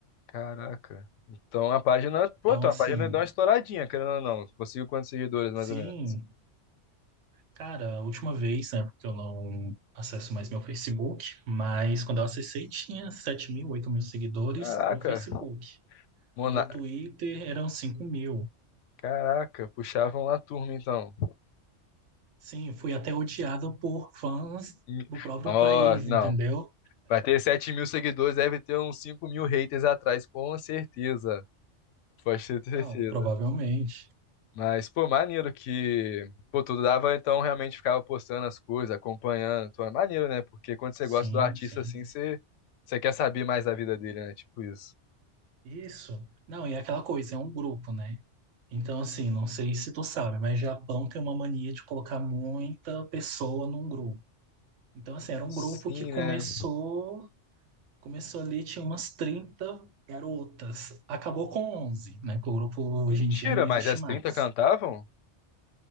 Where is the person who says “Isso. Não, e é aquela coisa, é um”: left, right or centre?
Right